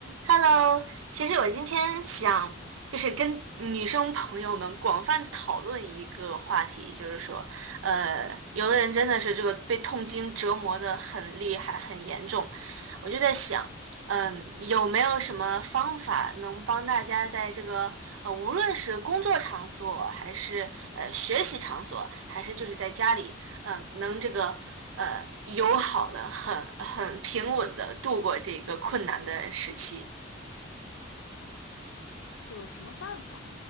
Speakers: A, on the right (about 85°); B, on the left (about 85°).
A: Hello，其实我今天想就是跟女生朋友们广泛讨论一个话题，就是说，呃，有的人真的是这个被痛经折磨的很厉害、很严重，我就在想，嗯，有没有什么方法能帮大家在这个呃，无论是工作场所，还是呃学习场所，还是就是在家里，嗯，能这个。呃，友好的，很很平稳的度过这个困难的时期。
B: 有什么办法？